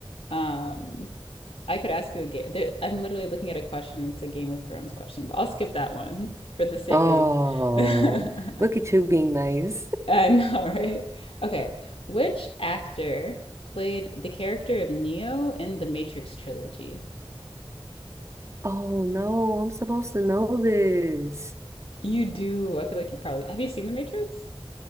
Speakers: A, on the left; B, on the right.
A: Um, I could ask you a game. There, I'm literally looking at a question, and it's a Game of Thrones question, but I'll skip that one for the sake
B: Oh,
A: of. <laughs> I
B: look at you being nice. <laughs>
A: know, right? Okay. Which actor played the character of Neo in the Matrix trilogy?
B: Oh no, I'm supposed to know this.
A: You do. I feel like you probably have you seen The Matrix?